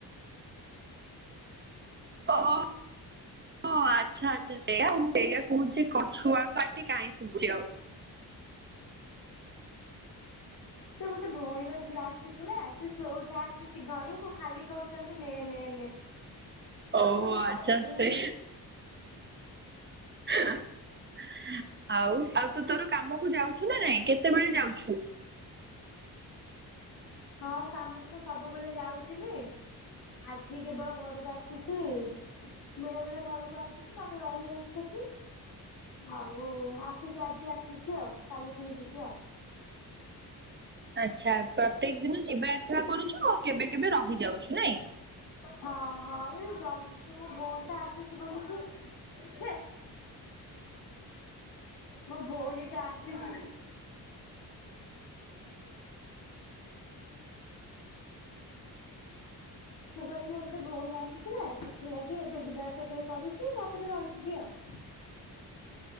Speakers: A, on the right (about 25°); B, on the left (about 60°).
A: ଓ ହଁ ଆଚ୍ଛା ଆ ସେଇଆ ମୁଁ ସେଇଆ କହୁଛି କ ଛୁଆ ପାଟି କାହିଁ ଶୁଭୁଛି ଆଉ।
B: ସେ ଗୋଟେ ଭଉଣୀର ଝିଅ ଆସିଥିଲା ସେ ସଉଦା ଆସିଛି ଘରକୁ ଖାଲି କହୁଛନ୍ତି ନେ, ନେ, ନେ। କଣ
A: ଓହୋ
B: ସବୁ
A: ଆଚ୍ଛା
B: କରିବି।
A: ସେ ଆଉ, ଆଉ ତୁ ତୋର କାମକୁ ଯାଉଛୁ ନା ନାଇଁ କେତେବେଳେ ଯାଉଛୁ?
B: ହଁ, କାମକୁ ତ ସବୁବେଳେ ଯାଉଥିଲି। ଆଜି କେବଳ ଘରକୁ ଆସିଛି। ବେଳେ ବେଳେ ଘରକୁ ଆସୁଛି, ନହେଲେ ରହିଯାଉଛି ସେଠି। ଆଉ ଆସୁଛି ଆଜି ଆସିଛି ଆଉ, କାଲି ପୁଣି ଯିବି ଆଉ।
A: ଆଚ୍ଛା ପ୍ରତ୍ୟେକ ଦିନ ଯିବା ଆସିବା କରୁଛୁ, ଆଉ କେବେ କେବେ ରହିଯାଉଛୁ ନାଇଁ?
B: ହଁ, ହଁ ଏବେ ଜମଛି ମୋ ଭଉଣୀ ଟା ଆସିଛି ବୋଲିକି ହେ ମୋ ଭଉଣୀ ଟା ଆସିଛି। ମୁଁ କହିଲି ମୋର ଗୋଟେ ଭଉଣୀ ଆସିଛି ନା ସେଥିଲାଗି ଏବେ ଯିବା ଆସିବା ଟିକେ କରୁଛି ତାପରେ ରହିଯିବି ଆଉ। <inaudible>